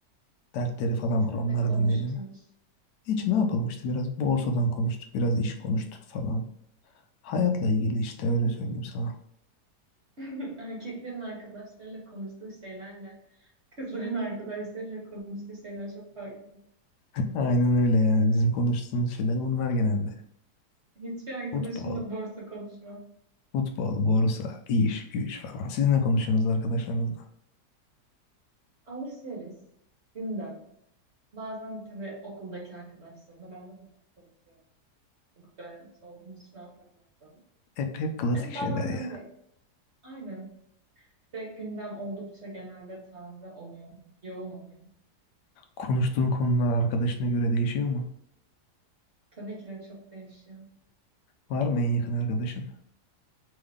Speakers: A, on the left; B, on the right.
A: dertleri falan
B: Siz
A: var onları
B: ne konuştunuz?
A: dinledim. Hiç ne yapalım işte biraz borsadan konuştuk biraz iş konuştuk falan. Hayatla ilgili işte öyle söyleyeyim sana.
B: <laughs> Erkeklerin arkadaşlarıyla konuştuğu şeylerle kızların arkadaşlarıyla konuştuğu şeyler çok farklı.
A: Aynen öyle yani bizim konuştuğumuz şeyler bunlar genelde.
B: Hiçbir arkadaşımla
A: Futbol,
B: borsa konuşmam.
A: futbol, borsa, iş, güç falan. Siz ne konuşuyorsunuz arkadaşlarınızla?
B: Alışveriş, gündem. Bazen tabii okuldaki arkadaşlarımla ben de hukuk konuşuyorum. Hukuk öğrencisi olduğumuz için ortak noktamız.
A: Hep hep klasik
B: Yani
A: şeyler
B: bazen
A: ya.
B: ben de aynen. Bir de gündem oldukça genelde taze oluyor. Yoğun oluyor.
A: Konuştuğun konular arkadaşına göre değişiyor mu?
B: Tabii ki de çok değişiyor.
A: Var mı en yakın arkadaşın?